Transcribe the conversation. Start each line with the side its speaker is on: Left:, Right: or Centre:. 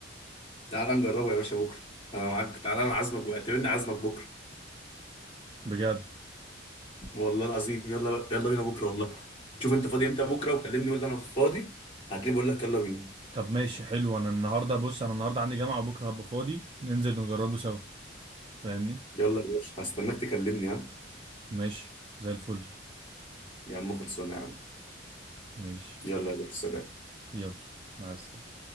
Left: تعالى نجربه يا باشا بكره انا معاك تعالى انا عازمك بقى، اعتبرني عازمك بكره
Right: بجد
Left: والله العظيم يلا بقى- يلا بينا بكره والله شوف انت فاضي امتى بكره وكلمني قول لي انا فاضي هتلاقيني بقول لك يلا بينا
Right: طب ماشي حلو انا النهاردة بص انا النهاردة عندي جامعة وبكرة هبقى فاضي ننزل نجربه سوا فاهمني
Left: يلا يا باشا هستناك تكلمني ها
Right: ماشي زي الفل
Left: يا عم خلصانه يا عم
Right: ماشي
Left: يلا يا باشا سلام
Right: يلا مع السلامة